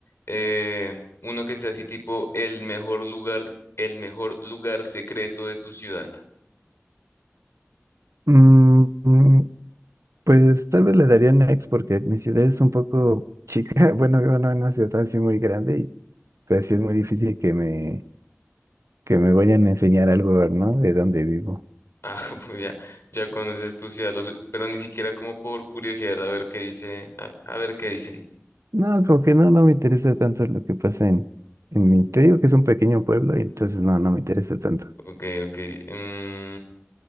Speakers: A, on the left; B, on the right.
A: Eh, uno que sea así tipo el mejor lugar, el mejor lugar secreto de tu ciudad.
B: Mm, mm, pues tal vez le daría next porque mi ciudad es un poco chica. <laughs> Bueno, vivo no en una ciudad así muy grande y pues sí es muy difícil que me, que me vayan a enseñar algo, ¿no? De dónde vivo.
A: Ah, <laughs> pues ya, ya conoces tu ciudad, los- pero ni siquiera como por curiosidad a ver qué dice, a a ver qué dicen.
B: No, como que no, no me interesa tanto lo que pasa en, en mi... Te digo que es un pequeño pueblo y entonces no, no me interesa tanto.
A: Ok, ok. mm,